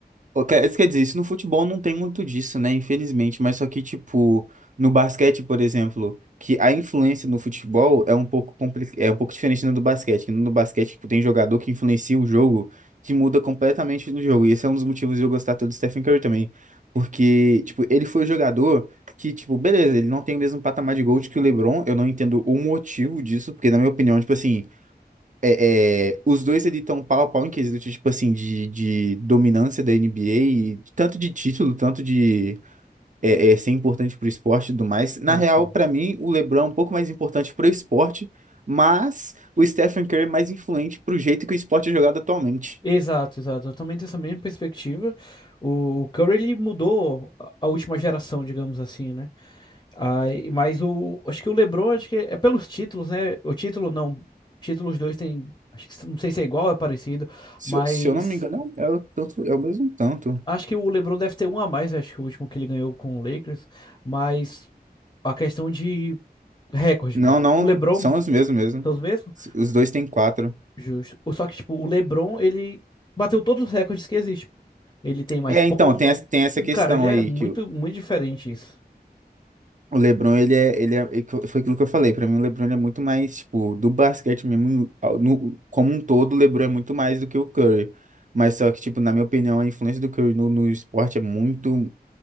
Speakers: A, on the right (about 50°); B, on the left (about 25°).
A: Pô, quer- Isso quer dizer, isso no futebol não tem muito disso, né? Infelizmente, mas só que, tipo, no basquete, por exemplo, que a influência no futebol é um pouco compli... é um pouco diferente da do basquete, que no basquete, tipo, tem jogador que influencia o jogo, que muda completamente o jogo. E esse é um dos motivos de eu gostar tanto do Stephen Curry também, porque, tipo, ele foi o jogador que, tipo, beleza, ele não tem o mesmo patamar de GOAT que o LeBron, eu não entendo o motivo disso, porque na minha opinião, tipo assim, é, é, os dois ali estão pau a pau em quesito, tipo assim, de, de dominância da NBA, e tanto de título, tanto de é, é, ser importante pro esporte e tudo mais. Na
B: Sim,
A: real,
B: sim.
A: pra mim, o LeBron é um pouco mais importante pro esporte, mas o Stephen Curry é mais influente pro jeito que o esporte é jogado atualmente.
B: Exato, exato. Eu também tenho essa mesma perspectiva. O Curry ele mudou a a última geração, digamos assim, né? Aí, mas o, acho que o LeBron, acho que é pelos títulos, né? O título não, títulos dois tem, acho que não sei se é igual, é parecido,
A: Se,
B: mas
A: eu- se eu não me engano, é o, tanto, é o mesmo tanto.
B: acho que o LeBron deve ter um a mais, acho que o último que ele ganhou com o Lakers, mas a questão de recorde,
A: Não,
B: pô,
A: não,
B: o LeBron
A: são os mesmos mesmo.
B: são os mesmos?
A: Os dois têm quatro.
B: Justo. Só que tipo, o LeBron, ele bateu todos os recordes que existem. Ele tem mais
A: É,
B: pontos,
A: então, tem, essa- tem
B: tudo,
A: essa questão
B: cara, ele é
A: aí,
B: muito
A: que
B: muito diferente isso.
A: O LeBron, ele é, ele é, é que foi aquilo que eu falei, pra mim o LeBron ele é muito mais, tipo, do basquete mesmo, ao- no- como um todo, o LeBron é muito mais do que o Curry. Mas só que, tipo, na minha opinião, a influência do Curry no, no esporte é muito,